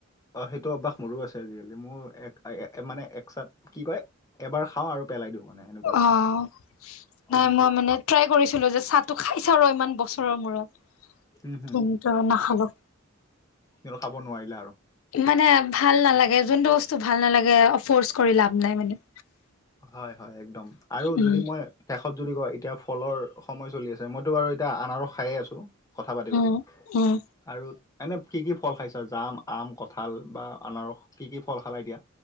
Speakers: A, on the left (about 15°); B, on the left (about 75°).
A: অ'! সেইটো, অভ্যাস মোৰো, আছে। আজিকালি, মোৰ এক মানে, এক চাপ কি কয়? এবাৰ খাওঁ আৰু পেলাই, দিওঁ মানে। এনেকুৱা টাইপৰ
B: অ'! নাই,
A: অ'
B: মই মানে, ট্ৰাই কৰিছিলোঁ যে, চাহটো খাইছাওঁ ৰ'। ইমান, বছৰৰ মূৰত,
A: হম হম
B: কিন্তু, নাখালোঁ।
A: কিন্তু, খাব নোৱাৰিলা আৰু?
B: মানে, ভাল নালাগে। যোনটো, বস্তু ভাল নালাগে, ফৰ্চ কৰি লাভ নাই, মানে।
A: হয়, হয়, একদম। আৰু
B: উম
A: যদি, মই শেষত, যদি কয়! এতিয়া, ফলৰ সময়, চলি আছে। মইতো বাৰু এতিয়া, আনাৰস খাইয়ে আছোঁ। কথা পাতি
B: উম
A: পাতি
B: উম
A: আৰু এনে কি কি ফল খাইছা জাম আম কঁঠাল বা আনাৰস কি কি ফল খালা এতিয়া